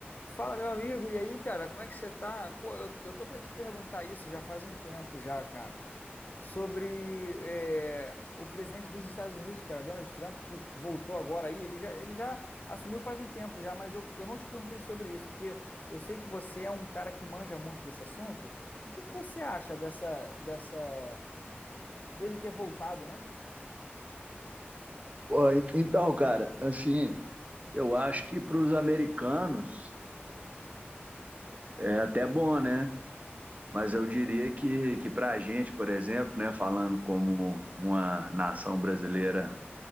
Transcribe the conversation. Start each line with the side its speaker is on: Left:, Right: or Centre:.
Left: Fala, meu amigo, e aí, cara, como é que você tá? Pô, eu, eu tô pra te perguntar isso já faz um tempo já, cara, sobre é, o presidente dos Estados Unidos, cara, Donald Trump, que voltou agora aí, ele já, ele já assumiu faz um tempo já, mas eu, eu não te perguntei sobre isso, porque eu sei que você é um cara que manja muito desse assunto. O que que você acha dessa, dessa, dele ter voltado, né?
Right: Pô, en- Então, cara, assim, eu acho que para os americanos é até bom, né? Mas eu diria que, que para a gente, por exemplo, né, falando como uma nação brasileira